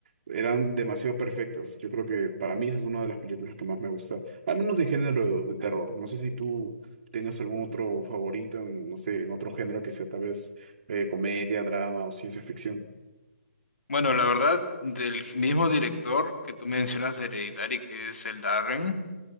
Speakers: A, on the right (about 45°); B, on the left (about 65°).
A: eran demasiado perfectas. Yo creo que para mí esa es una de las películas que más me gusta, al menos de género de terror. No sé si tú tengas algún otro favorito, en, no sé, en otro género que sea tal vez eh, comedia, drama o ciencia ficción.
B: Bueno, la verdad, del mismo director que tú mencionas de Hereditary, que es el Darren,